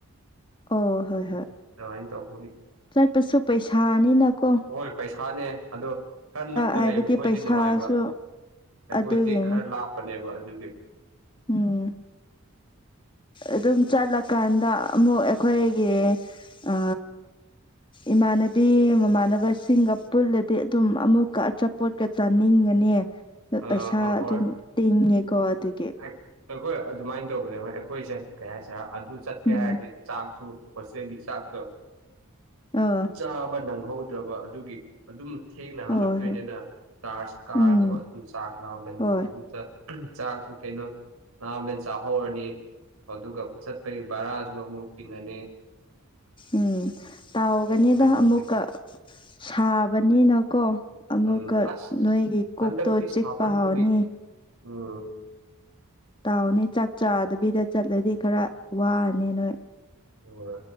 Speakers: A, on the left; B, on the right.
A: ꯑꯣ ꯍꯣꯏ ꯍꯣꯏ꯫
B: ꯑꯗꯨꯃꯥꯏꯅ ꯇꯧꯕꯒꯤ꯫
A: ꯆꯠꯄꯁꯨ ꯄꯩꯁꯥꯅꯤꯅ ꯀꯣ꯫
B: ꯍꯣꯏ ꯄꯩꯁꯥꯅꯦ ꯑꯗꯣ꯫ ꯈꯔ ꯅꯛꯅ
A: ꯍꯥꯏꯕꯗꯤ
B: ꯂꯩꯕ ꯑꯩꯈꯣꯏꯗꯤ
A: ꯄꯩꯁꯥꯁꯨ
B: ꯅꯨꯡꯉꯥꯏꯕ ꯑꯩꯈꯣꯏꯗꯤ
A: ꯑꯗꯨꯒꯤꯅꯤ
B: ꯈꯔ ꯂꯥꯞꯄꯅꯦꯕ ꯑꯗꯨꯒꯤ꯫
A: ꯎꯝ ꯑꯗꯨꯝ ꯆꯠꯂꯀꯥꯟꯗ ꯑꯃꯨꯛ ꯑꯩꯈꯣꯏꯒꯤ ꯑ ꯏꯃꯥꯟꯅꯕꯤ ꯃꯃꯥꯟꯅꯕꯁꯤꯡꯒ ꯄꯨꯜꯂꯗꯤ ꯑꯗꯨꯝ ꯑꯃꯨꯛꯀ ꯑꯆꯥꯄꯣꯠꯀ ꯆꯥꯅꯤꯡꯒꯅꯤ
B: ꯑꯥ
A: ꯄꯩꯁꯥ
B: ꯑꯍꯣꯏ
A: ꯑꯗꯨꯝ ꯇꯤꯡꯉꯦꯀꯣ ꯑꯗꯨꯒꯤ꯫
B: ꯑꯩꯈꯣꯏ ꯑꯗꯨꯃꯥꯏ ꯇꯧꯕꯅꯦ ꯍꯣꯏ ꯑꯩꯈꯣꯏꯁꯦ ꯀꯩ ꯍꯥꯏꯁꯦꯔ ꯑꯗꯨ ꯆꯠꯀꯦ
A: ꯎꯝ
B: ꯍꯥꯏꯔꯗꯤ ꯆꯥꯛꯖꯨ ꯍꯣꯁꯇꯦꯜꯒꯤ ꯆꯥꯛꯇꯣ
A: ꯑ
B: ꯆꯥꯕ ꯅꯪꯍꯧꯗ꯭ꯔꯕ ꯑꯗꯨꯒꯤ꯫ ꯑꯗꯨꯝ ꯊꯦꯡꯅ ꯍꯜꯂꯛꯇꯣꯏꯅꯤꯅ
A: ꯍꯣꯏ ꯍꯣꯏ
B: ꯆꯥꯔꯖ ꯀꯥꯔꯒ
A: ꯎꯝ
B: ꯍꯣꯢ ꯑꯗꯨꯝ ꯆꯥꯛ ꯂꯥꯝꯕꯅꯤꯅ
A: ꯍꯣꯏ
B: ꯑꯗꯨ ꯆꯠ ꯆꯥꯛꯁꯨ ꯀꯩꯅꯣ ꯂꯥꯝꯃꯦ ꯆꯥꯍꯧꯔꯅꯤ ꯑꯗꯨꯒ ꯆꯠꯄꯒꯤ ꯕꯔꯥꯁꯨ ꯑꯃꯨꯛ ꯇꯤꯡꯉꯅꯤ꯫
A: ꯎꯝ ꯇꯥꯎꯒꯅꯤꯗ
B: ꯑꯗꯨꯃꯥꯏꯅ ꯇꯧꯒꯦ
A: ꯑꯃꯨꯛꯀ ꯁꯥꯕꯅꯤꯅꯀꯣ꯫ ꯑꯃꯨꯛꯀ
B: ꯎꯝ ꯑꯁ
A: ꯅꯣꯏꯒꯤ ꯀꯣꯛꯇꯣ
B: ꯍꯟꯗꯛꯇꯤ
A: ꯆꯤꯛꯄ
B: ꯁꯥꯃꯟꯕꯒꯤ
A: ꯍꯧꯔꯅꯤ꯫
B: ꯎꯝ꯫
A: ꯇꯧꯅꯤ ꯆꯥꯛ ꯆꯥꯗꯕꯤꯗ ꯆꯠꯂꯗꯤ ꯈꯔ ꯋꯥꯔꯅꯤ ꯅꯣꯏ꯫
B: ꯍꯣꯢ